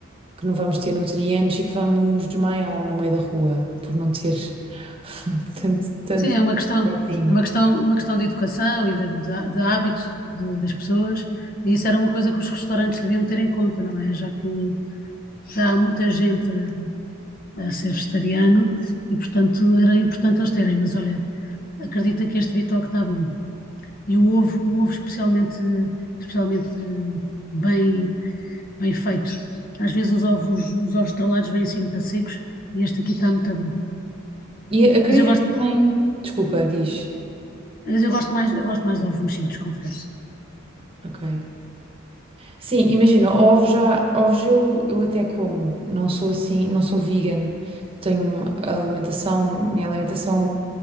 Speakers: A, on the right; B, on the left.
A: que não vamos ter nutrientes e que vamos desmaiar no meio da rua por não ter <laughs> tanto, tanto
B: Sim, é uma questão,
A: proteína.
B: é uma questão, uma questão de educação e de, de- de hábito de- das pessoas, e isso era uma coisa que os restaurantes deviam ter em conta, não é? Já que já há muita gente a, a ser vegetariano e, portanto, era importante eles terem, mas olha, acredita que este Bitoque está bom. E o ovo, o ovo especialmente, especialmente bem, bem feito. Às vezes os ovos, os ovos estrelados vêm assim muito secos e este aqui está muito bom.
A: E acreditas
B: Mas eu gosto,
A: que também. Desculpa, diz.
B: mas eu gosto mais, eu gosto mais de ovos mexidos, confesso.
A: Ok. Sim, imagina, ovos já, ovos eu, eu até como, não sou assim, não sou vegan, tenho alimentação, minha alimentação